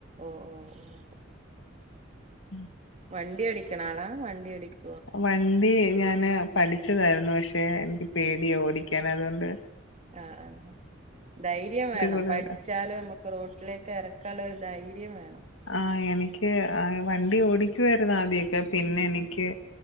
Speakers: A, on the right (about 35°); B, on the left (about 90°).
A: ഓഹ് ഓഹ് ഓഹ്
B: ഉം
A: വണ്ടി ഓടിക്കണാളാ വണ്ടി ഓടിക്കൊ
B: വണ്ടി ഞാന് പഠിച്ചതായിരുന്നു പക്ഷെ പേടിയാ ഓടിക്കാൻ അതോണ്ട്
A: ആഹ് ആ ധൈര്യം വേണം
B: കൂടുതൽ
A: പഠിച്ച- ച്ചാലും നമുക്ക് റോട്ടിലേക്ക് ഇറക്കാനുള്ള ഒരു ധൈര്യം വേണം
B: ആഹ് എനിക്ക് വണ്ടി ഓടിക്കുവായിരുന്നു ആദ്യൊക്കെ പിന്നെ എനിക്ക്